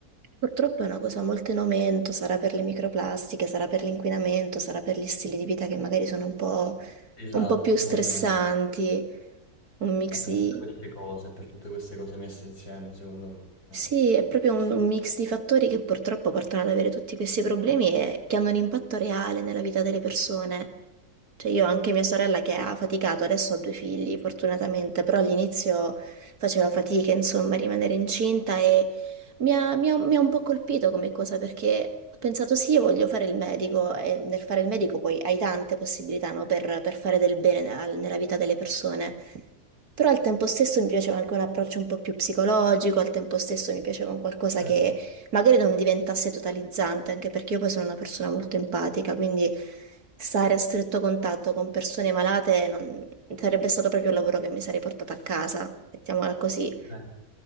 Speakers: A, on the right; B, on the left.
A: Purtroppo è una cosa molto in aumento, sarà per le microplastiche, sarà per l'inquinamento, sarà per gli stili di vita che magari sono un po',
B: Esatto,
A: un po' più
B: secondo
A: stressanti,
B: me
A: un mix
B: è per
A: di...
B: tutte queste cose, è per tutte queste cose messe insieme, secondo me.
A: Sì, è proprio un, un mix di fattori che purtroppo portano ad avere tutti questi problemi e che hanno un impatto reale nella vita delle persone. Cioè io ho anche mia sorella che ha faticato, adesso ho due figli fortunatamente, però all'inizio faceva fatica insomma a rimanere incinta e mi ha, mi ha- mi ha un po' colpito come cosa perché ho pensato sì, io voglio fare il medico e nel fare il medico poi hai tante possibilità no, per, per fare del bene nella nella vita delle persone. Però al tempo stesso mi piaceva anche un approccio un po' più psicologico, al tempo stesso mi piaceva un qualcosa
B: Certo.
A: che magari non diventasse totalizzante, anche perché io poi sono una persona molto empatica, quindi stare a stretto contatto con persone malate non... sarebbe stato proprio il lavoro che mi sarei portata a casa, mettiamola così.
B: Eh,